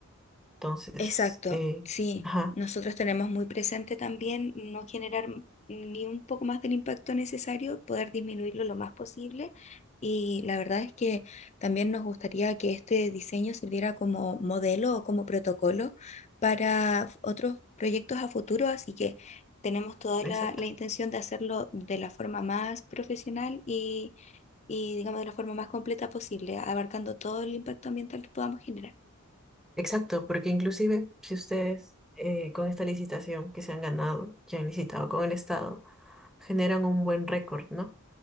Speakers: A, in the centre; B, on the left.
A: Entonces,
B: Exacto,
A: eh,
B: sí,
A: ajá,
B: nosotros tenemos muy presente también no generar m- ni un poco más del impacto necesario, poder disminuirlo lo más posible. Y la verdad es que también nos gustaría que este diseño sirviera como modelo o como protocolo para f- otros proyectos a futuro, así que tenemos toda
A: exacto.
B: la, la intención de hacerlo de la forma más profesional y, y digamos de la forma más completa posible, abarcando todo el impacto ambiental que podamos generar.
A: Exacto, porque inclusive si ustedes eh, con esta licitación que se han ganado, ya han licitado con el Estado, generan un buen récord, ¿no?